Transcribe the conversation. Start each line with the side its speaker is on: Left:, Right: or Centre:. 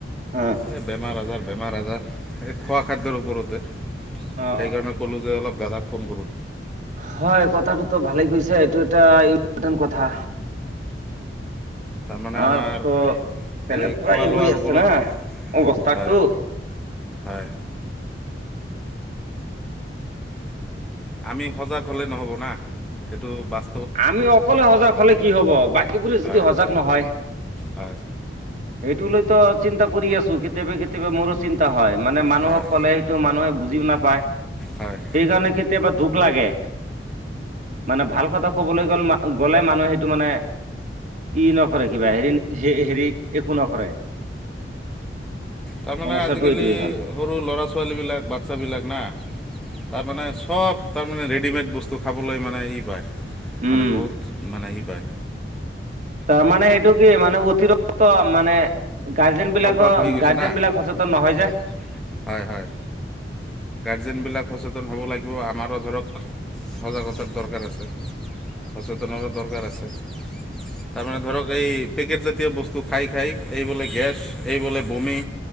Right: অ
Centre: এ বেমাৰ আজাৰ বেমাৰ আজাৰ এই খোৱা খাদ্যৰ ওপৰতে,
Right: অ অ
Centre: সেইকাৰণে ক'লোঁ যে অলপ দাদাক ফোন কৰোঁ।
Right: হয় কথাটোতো ভালেই কৈছে এইটো। এটা ইম্পৰ্টেণ্ট কথা।
Centre: তাৰমানে
Right: আমাৰটো
Centre: আমাৰ
Right: তেনেকুৱা
Centre: এই খোৱা লোৱাৰ
Right: হৈ
Centre: ওপৰত
Right: আছে না অৱস্থাটো,
Centre: হয় হয় আমি সজাগ হ'লে নহ'ব না এইটো বাছ
Right: আমি অকলে সজাগ হলে কি হব বাকীবোৰে যদি
Centre: হয়
Right: সজাগ নহয়
Centre: হয়
Right: সেইটো লৈ ত চিন্তা কৰি আছো কেতিয়াবা কেতিয়াবা মোৰো চিন্তা হয় মানে মানুহক
Centre: হয়
Right: ক'লে সেইটো মানুহে বুজ বুজিও নাপায়
Centre: হয়
Right: সেইকাৰণে কেতি কেতিয়াবা দুখ লাগে মানে ভাল কথা ক'বলৈ গ'লে গ'লে মানুহে সেইটো মানে ই নকৰে কিবা হেৰি হেৰি একো নকৰে
Centre: তাৰমানে
Right: সমস্যাটো
Centre: আজিকালি
Right: এইটোৱে হ'ল
Centre: সৰু ল'ৰা ছোৱালীবিলাক বাচ্ছাবিলাক না তাৰমানে চব তাৰমানে ৰেডিমেড বস্তু খাবলৈ মানে ই পায়
Right: উম
Centre: মানে বহুত মানে বাই
Right: তাৰ মানে সেইটো কি মানে অতিৰিক্ত মানে গাৰ্জেন বিলাকৰ
Centre: অভ্যাস হৈ গৈছে
Right: গাৰ্জেন
Centre: না
Right: বিলাক
Centre: হয়
Right: সচেতন নহয় যে
Centre: হয় গাৰ্জেন বিলাক সচেত সচেতন হ'ব লাগিব আমাৰো ধৰক সজাগতাৰ দৰকাৰ আছে সচেতনৰো দৰকাৰ আছে তাৰমানে ধৰক এই পেকেটজাতীয় বস্তু খাই খাই এই বোলে গেছ এই বোলে বমি